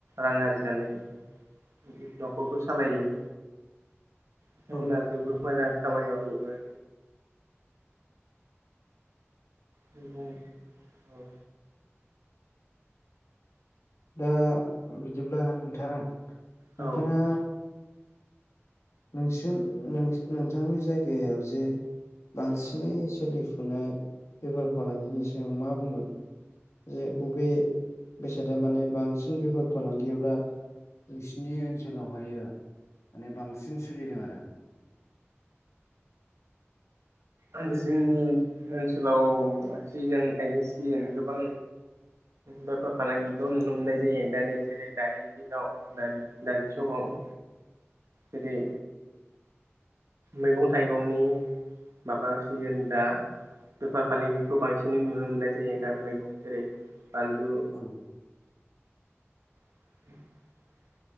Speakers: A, on the right; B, on the left.
A: रां आरजिनानै न'खरखौ सालायो बिथांमोना
B: औ
A: जोबोद मोजां खामानि मावो नंगौ औ
B: ओ बिदिब्ला नोंथां नोंथाङा
A: औ
B: नोंसो नोंथांनि जायगायाव जे बांसिनै सोलिफुनाय बेफार फालांगिनि सायाव मा बुंगोन? बे बबे बेसादा माने बांसिन बेफोर फालांगियाव दा नोंसिनि ओनसोलावहायो माने बांसिन सोलिदों आरो।
A: आंजों ओनसोलाव सिजोन गायनाय सिजोन गोबां बेफार फालांगिखौ नुनो मोननाय जायो दानिया जेरै दानि दिनाव दानि दानि समाव जेरै मैगं थाइगंनि माबा सिजोन दा बेफार फालांगिखौ बांसिनै नुनो मोननाय जायो दा मैगं जेरै बानलु
B: औ
A: <unintelligible>